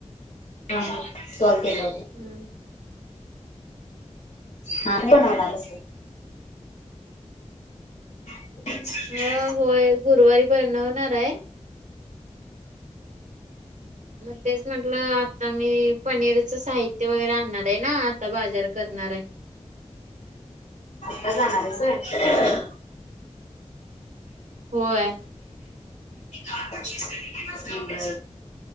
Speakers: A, on the left; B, on the right.
A: हा हा सॉल्व केलं होत
B: हम्म
A: हा <unintelligible>
B: हम्म
A: बनवणार आस <inaudible>
B: अ होय गुरुवारी बणवणाराय मग तेच म्हटलं आता मी पनीरच साहित्य वगैरे आणणार आहे ना आता बाजार करणाराय
A: का जाणार आहेस होय
B: होय.
A: बर